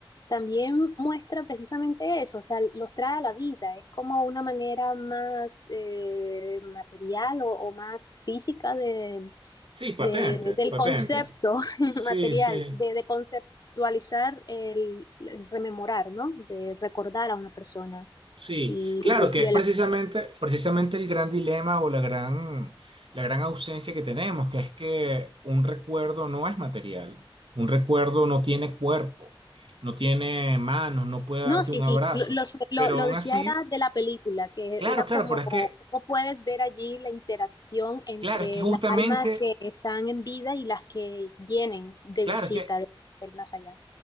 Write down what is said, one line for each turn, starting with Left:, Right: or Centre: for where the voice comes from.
Left: también muestra precisamente eso, o sea, los trae a la vida, es como una manera más eh, material o, o más física de,
Right: Sí, patente,
Left: de- del
Right: patente.
Left: concepto <laughs>
Right: Sí,
Left: material,
Right: sí.
Left: de, de conceptualizar el, el rememorar, ¿no? De recordar a una persona.
Right: Sí,
Left: Y,
Right: claro que
Left: y
Right: es
Left: el
Right: precisamente, precisamente el gran dilema o la gran, la gran ausencia que tenemos, que es que un recuerdo no es material, un recuerdo no tiene cuerpo, no tiene manos, no puede darte
Left: No, sí,
Right: un
Left: sí,
Right: abrazo,
Left: lo, lo sé, lo-
Right: pero
Left: lo
Right: aún
Left: decía
Right: así,
Left: era de la película, que
Right: claro,
Left: era
Right: claro,
Left: como
Right: pero
Left: cómo
Right: es que,
Left: puedes ver allí la interacción entre
Right: claro, es que justamente,
Left: las almas que están en vida y las que vienen de
Right: claro,
Left: visita
Right: es que
Left: de- del más allá.